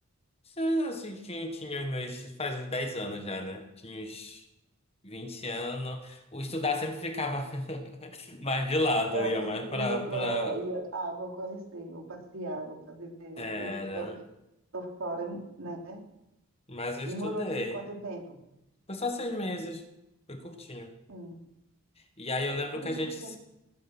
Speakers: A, on the left (about 25°); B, on the right (about 65°).
A: Isso, Assim, tinha, tinha os meus. Faz uns 10 anos já, né? Tinha uns 20 anos. O estudar sempre ficava <laughs> mais de lado,
B: Ah,
A: eu ia
B: pro
A: mais
B: segundo
A: pra,
B: plano,
A: pra.
B: eu ia- ah, vou conhecer, vou passear, vou fazer isso,
A: Era.
B: isso, tô, tô fora, né?
A: Mas eu estudei.
B: E morou aqui quanto tempo?
A: Foi só seis meses. Foi curtinho.
B: Hum.
A: E aí eu lembro
B: Eu
A: que a
B: vi
A: gente.
B: também.